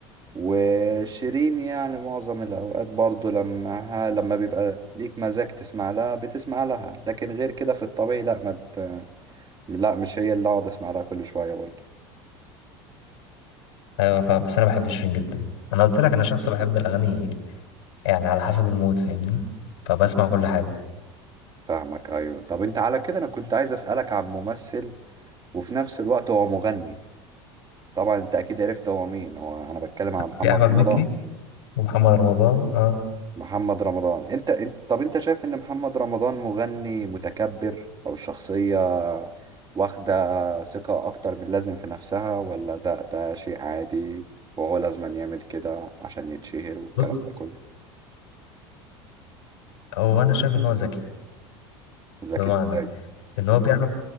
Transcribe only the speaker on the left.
أيوة فاهم بس أنا بحب شيرين جدا أنا قلت لك أنا شخص بحب الأغاني يعني على حسب المود فاهمني فبسمع كل حاجة
في أحمد مكي
ومحمد
رمضان اه
بص
هو أنا شايف إن هو ذكي
بمعنى
ان هو بيعرف